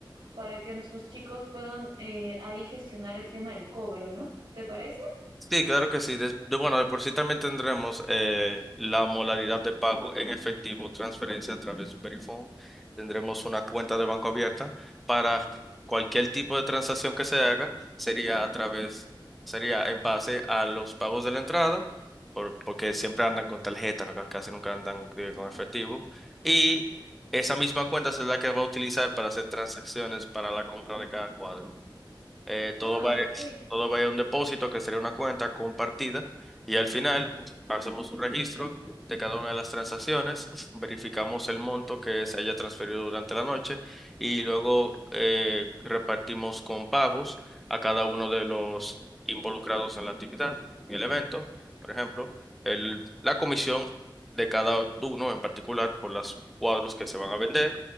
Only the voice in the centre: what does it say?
Sí, claro que sí. Des- de- bueno, de por sí también tendremos eh, la modalidad de pago en efectivo, transferencia a través de Superifone. Tendremos una cuenta de banco abierta para cualquier tipo de transacción que se haga. Sería a través, sería en base a los pagos de la entrada, por- porque siempre andan con tarjeta, ¿no? Casi nunca andan eh,
con efectivo. Y esa misma cuenta es la que va a utilizar para hacer transacciones para la compra de cada cuadro. Eh,
todo va,
todo va a un depósito que sería una cuenta compartida y al final hacemos un registro de cada una de las transacciones, verificamos el monto que se haya transferido durante la noche y luego eh, repartimos con pagos a cada uno de los involucrados en la actividad, en el evento, por ejemplo, el- la comisión de cada uno en particular por los cuadros que se van a vender